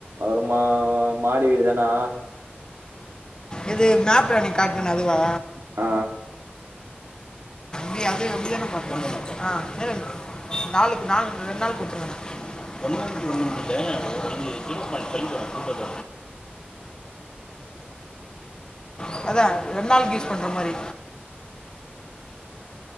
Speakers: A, on the right; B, on the left.
A: அப்ரமா மாடி வீடுதனா
B: எது மேப்புல அனைக்கு காட்னனே அதுவா
A: ஆ
B: நீ அது அப்டிதான பாத்த <unintelligible> அ நாளுக்கு நாள் ரெண்நாள் குத்துருங்கண்ணா <unintelligible> ஒன்னுமில்ல அது ஜீரோ பாயிண்ட் ஃபைவ் <unintelligible> அதா ரெண் நாள்க்கு யூஸ் பண்ற மாரி